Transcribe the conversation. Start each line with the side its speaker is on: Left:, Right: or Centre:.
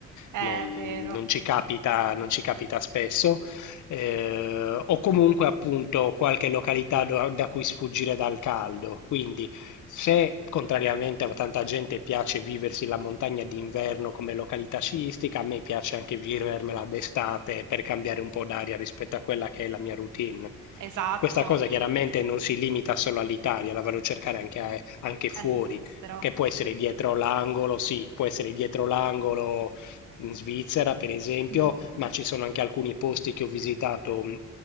Right: È
Left: non,
Right: vero,
Left: non ci capita, non ci capita spesso, eh, o comunque appunto qualche località do- da cui sfuggire dal caldo. Quindi, se contrariamente a tanta gente piace viversi la montagna d'inverno come località sciistica, a me piace anche vivermela d'estate per cambiare un po' d'aria rispetto a quella che è la mia routine.
Right: esatto,
Left: Questa cosa chiaramente non si limita solo all'Italia, la vado a cercare anche, a- anche fuori,
Right: all'estero.
Left: che può essere dietro l'angolo, sì, può essere dietro l'angolo in Svizzera, per esempio,
Right: Mh, mh-mh.
Left: ma ci sono anche alcuni posti che ho visitato mh,